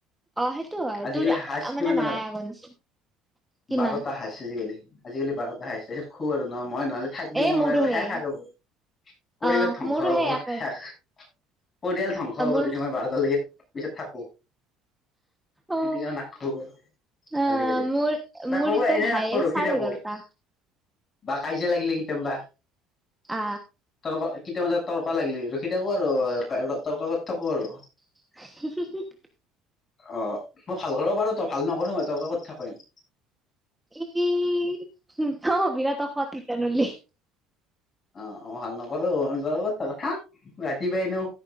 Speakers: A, in the centre; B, on the left.
A: অ সেইটো হয়,
B: আজিকালি
A: তোৰ
B: হাইচ কিমান
A: মানে
B: জানা
A: নায় আগৰ। কিমান
B: বাৰটা হয়। চিজিকালি আজিকালি বাৰটাহে খাইছে খও আৰু নয় মই নহলে থাক দি
A: এ মোৰো
B: <inaudible>
A: সে
B: হাৰো। পৰিবেশ
A: অ
B: ধ্বংস
A: মোৰো
B: হ'ব
A: সেই
B: মত
A: একে
B: শেষ। পৰিয়াল ধ্বংস হ'ব
A: মোৰ
B: যদি মই বাৰটালৈকে পিছত থাকোঁ।
A: অ
B: দিয়া নাকসো
A: আহ
B: আজিকালি,
A: মোৰ
B: তাক
A: মোৰ
B: ক'ব
A: ইতেন
B: এনেই
A: হায়ে
B: নাখোৱা ৰখি
A: চাৰে
B: থাকোঁ।
A: এঘাৰটা
B: বা কাইজা লাগিলে কেতিয়ামবা।
A: আ।
B: তৰ্কা কেতিয়াবা তৰ্কা লাগিলে ৰখি থাকোঁ আৰু তৰ্কা কৰি থাকোঁ আৰু।
A: <inaudible>
B: অ' মই ভাল কৰিব পাৰোঁ, তই ভাল নকৰো মই তৰ্ক কৰি থাকিম।
A: ই, <unintelligible> বিৰাট অসৎ ইথানলি।
B: অ' মই ভাল নকৰোঁ <unintelligible> থাক, ৰাতিপুৱাই হেনো